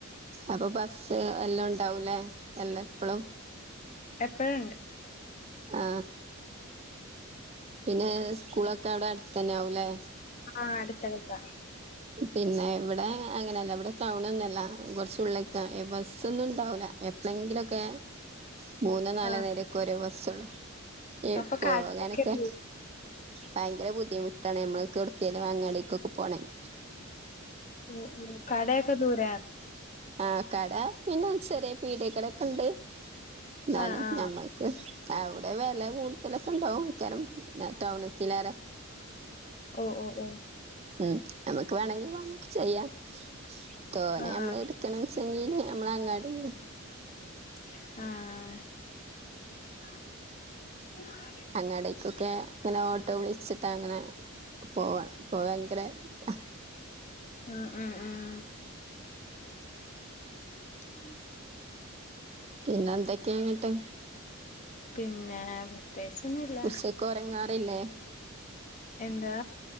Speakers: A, on the right; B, on the left.
A: അപ്പൊ ബസ് എല്ലാംണ്ടാവൂല്ലേ അല്ല എപ്പോളും
B: എപ്പഴുണ്ട്
A: ആ പിന്നെ സ്കൂളൊക്കെ അവിടെ അടുത്ത് തന്നെ ആവൂല്ലേ
B: ആ അടുത്തടുത്ത
A: പിന്നെ ഇവിടെ അങ്ങനെയല്ല ഇവിടെ ടൗണൊന്നല്ല കുറച്ച ഉള്ളിലക്കെ ബസ്സൊന്നും ഇണ്ടാവൂല എപ്പഴെങ്കിലുംഒക്കെ മൂന്നോ നാലോ
B: ആ
A: നേരം ഓരോ ബസ് ബസ്സ് ഉള്ളൂ ഏ
B: അപ്പൊ
A: ഇപ്പൊ
B: കടയൊക്കെ
A: നൊക്കെ
B: ദൂ-
A: ഭയങ്കര ബുദ്ധിമുട്ടാണ് നമ്മൾക്ക്ടുക്കാലും അങ്ങാടി ടേക്കൊക്കെ പോണെങ്ക
B: ഉ ഉ കടയൊക്കെ ദൂരാണ്
A: ആ കട പിന്നെ ചെറിയ പീഡക്കലോ ക്കെ ഉണ്ട് എന്നാലും
B: ആ ആ
A: ഞമ്മൾക്ക് അവിടെ വില കൂടുതലൊക്കെ ഉണ്ടാവും ക്കാരം ടൗണത്തിലേറേ
B: ഓ ഓ ഓ
A: ഉം നമുക്ക് വേണെങ്കിൽ വാങ്ങിയിട്ട് ചെയ്യാം തോനെ
B: ആ
A: നമ്മള്
B: ആ
A: എടുക്കണ ചങ്ങീന നമ്മള അങ്ങാടി
B: ആ ആ ഉം
A: അങ്ങാടികൊക്കെ അങ്ങനെ ഓട്ടോ വിളിച്ചിട്ടാ അങ്ങനെ പോവണം പോ ഭയങ്കര ഉ
B: ഉ ഉഉം ഉ
A: പിന്നെ എന്തൊക്കെയാങ്ങട്ട്
B: പിന്നെ പ്രത്യേകിച്ചൊന്നുല്ല
A: ഉച്ചക്ക ഉരങ്ങാറില്ലേ
B: എന്താ